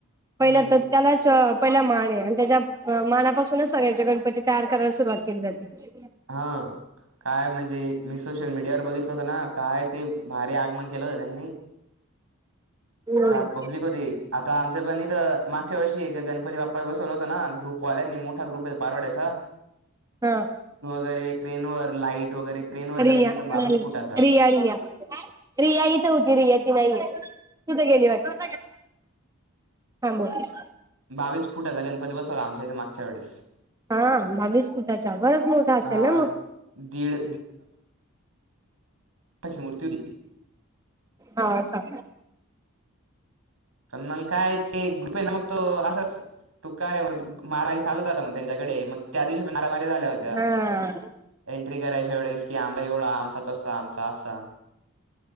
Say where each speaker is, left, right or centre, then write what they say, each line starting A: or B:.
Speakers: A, on the right; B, on the right.
A: हम्म.
B: पहिला तर त्यालाच अ पहिला मान आहे आणि त्याच्या मानापासूनच सगळ्यांच्या गणपती तयार करायला सुरुवात केली जाते.
A: हा. काय म्हणजे मी सोशल मीडियावर बघितलं होत ना काय ते भारी आगमन केलं होतं त्यांनी
B: हम्म
A: काय पब्लिक होते आता आमच्या पणी तर मागच्या वर्षी हे का गणपती बा पाला बसवलं होतं ना ग्रूपवाल्यांनी मोठा ग्रुप आहे पारवडयचा.
B: हा.
A: तर हे क्रेन वर लाईट वगैरे क्रेनवर गणपतीचा
B: रिया
A: बावीस
B: नाही
A: फुटाचा
B: रिया रिया. रिया इथं होती रिया ती नाही तिथे गेली वाट <unintelligible>
A: बावीस फुटाचा गणपती बसवला आमच्या इथे मागच्या वेळेस.
B: हा बावीस फुटाचा बरच असेल
A: अ
B: ना मग.
A: दीड त्याची मूर्ती होती ती.
B: हा का?
A: पण मग काय ते गुपे आहे ना मग तो असंच तू काय रे म्हणे, मारामारी चालूच राहतात म्हणे त्यांच्याकडे. मग त्या दिवशी मारामारी झाल्या होत्या.
B: हा
A: एंट्री करायच्या वेळेस. की आमच एवढा आमचा तसा आमचा असा.